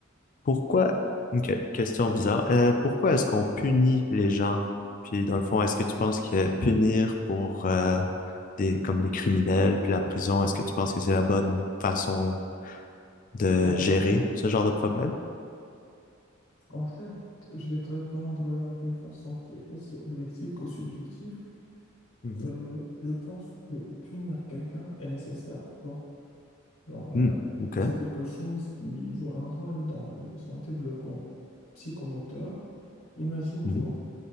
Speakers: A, on the left; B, on the left.
A: pourquoi Ok, question bizarre. Euh, pourquoi est-ce qu'on punit les gens? Puis dans le fond, est-ce que tu penses que punir pour euh, des comme les criminels puis la prison, est-ce que tu penses que c'est la bonne façon de
B: Euh,
A: gérer ce genre de problème?
B: En fait, je vais te répondre euh, d'une façon qui est aussi objective que subjective.
A: Mhm.
B: Euh, je pense que punir quelqu'un est nécessaire, tu vois. Genre,
A: Hmm,
B: euh,
A: ok.
B: c'est quelque chose qui joue un rôle dans le- son développement psychomoteur. Imagine-toi,
A: Mhm.